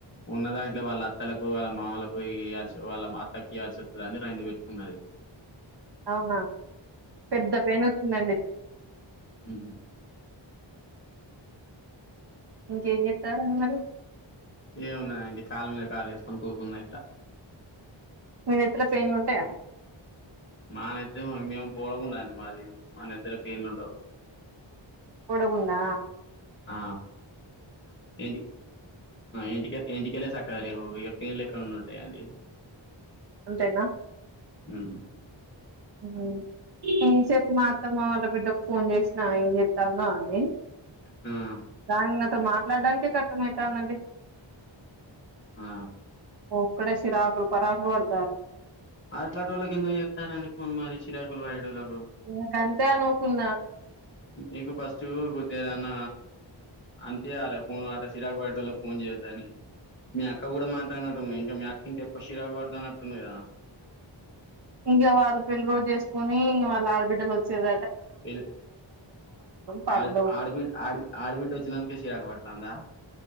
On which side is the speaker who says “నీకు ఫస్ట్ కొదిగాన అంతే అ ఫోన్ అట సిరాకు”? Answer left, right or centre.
Left